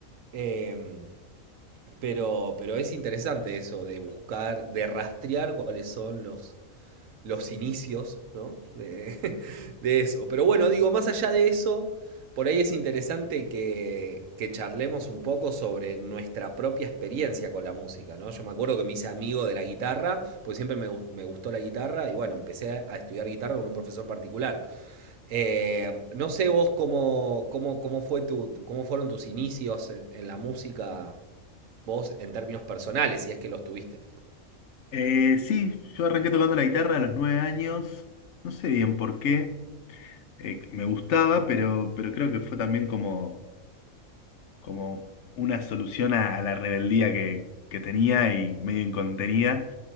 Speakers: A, on the right (about 70°); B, on the left (about 65°).
A: Eh, pero, pero es interesante eso de buscar, de rastrear cuáles son los, los inicios, ¿no? De, <laughs> de eso. Pero bueno, digo, más allá de eso, por ahí es interesante que, que charlemos un poco sobre nuestra propia experiencia con la música, ¿no? Yo me acuerdo que me hice amigo de la guitarra, porque siempre me, gu- me gustó la guitarra y bueno, empecé a estudiar guitarra con un profesor particular. Eh, no sé vos cómo, cómo, cómo fue tu, cómo fueron tus inicios en, en la música, vos en términos personales, si es que los tuviste.
B: Eh, sí, yo arranqué tocando la guitarra a los nueve años, no sé bien por qué, eh, me gustaba, pero, pero creo que fue también como, como una solución a, a la rebeldía que, que tenía y medio incontenida.